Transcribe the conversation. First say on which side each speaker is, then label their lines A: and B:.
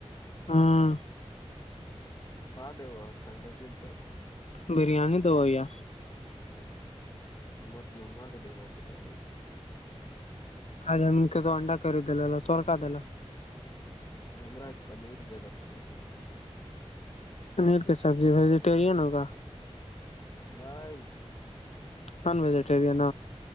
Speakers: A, on the left; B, on the left.
A: ہاں
B: کہ د ہوا سنڈے دن تو
A: بریانی دو بھیا
B: تور جما کے دب برییانی
A: ہاں جے ہم تو انڈا کر د چور کا دا
B: ہمار پنیر لیلو پنیر کے سبزی
A: پنیر کی سبزی ویجیٹیرین ہوگا
B: نہیں
A: نان ویجٹیرین